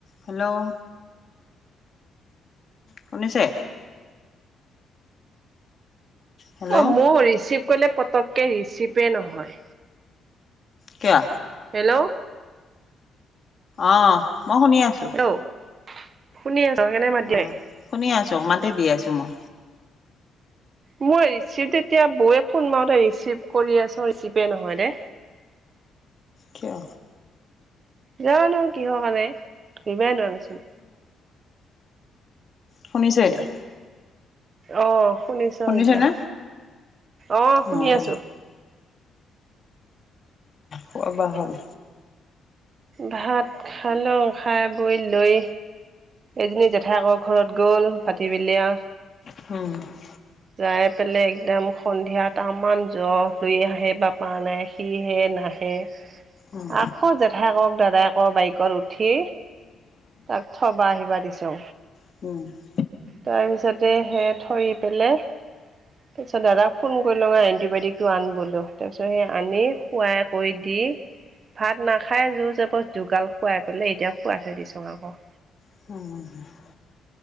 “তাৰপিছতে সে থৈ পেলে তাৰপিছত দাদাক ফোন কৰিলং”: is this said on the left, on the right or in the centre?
Right